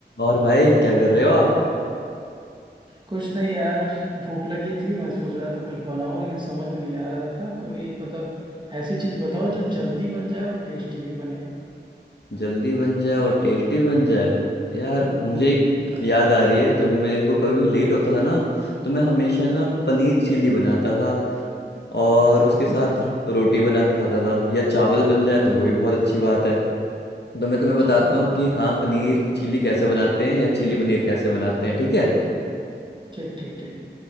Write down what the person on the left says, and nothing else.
और भाई क्या कर रहे हो आप
हम्म।
जल्दी बन जाए और टेस्टी बन जाए यार मुझे
एक याद आ रही है जब मेरे को कभी भी लेट होता था ना तो मैं हमेशा ना
पनीर चिली बनाता था और
उसके
साथ रोटी बना के खाता था या चावल बन जाए तो वो भी बहुत अच्छी बात है तो मैं तुम्हें
बताता हूँ कि हाँ पनीर चिली कैसे बनाते हैं या चिली पनीर कैसे बनाते हैं ठीक है